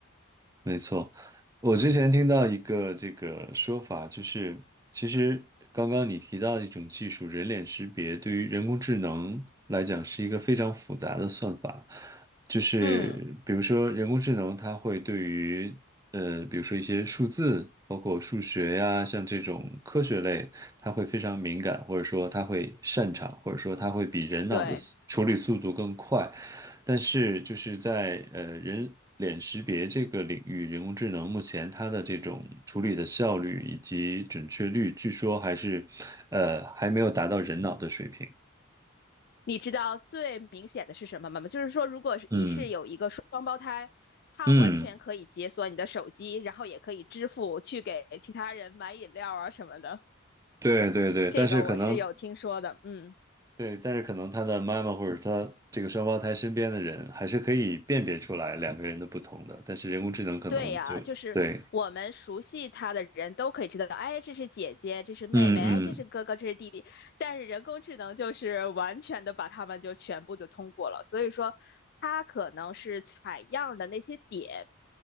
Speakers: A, on the right; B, on the left.
A: 没错，我之前听到一个这个说法，就是其实刚刚你提到的一种技术，人脸识别对于人工智能来讲是一个非常复杂的算法，就是比如说人工智能它会对于呃，
B: 嗯，
A: 比如说一些数字，包括数学呀，像这种科学类。他会非常敏感，或者说他会擅长，或者说他会比人脑的速处理速度更快。
B: 对。
A: 但是就是在呃人脸识别这个领域，人工智能目前它的这种处理的效率以及准确率，据说还是呃还没有达到人脑的水平。
B: 你知道最明显的是什么吗？就是说，如果是你是有一个双胞胎，
A: 嗯
B: 他完全可以解锁你的手机，
A: 嗯，
B: 然后也可以支付去给其他人买饮料啊什么的。
A: 对对对，
B: 这个我是有听说的，
A: 但是可能
B: 嗯。
A: 对，但是可能他的妈妈或者他这个双胞胎身边的人，还是可以辨别出来两个人的不同的，但是人工智能可能就对
B: 对呀，就是我们熟悉他的人都可以知道，哎，这是姐姐，这是妹妹，
A: 嗯嗯
B: 哎，这是哥哥，这是弟弟。但是人工智能就是完全的把他们就全部就通过了，所以说它可能是采样的那些点，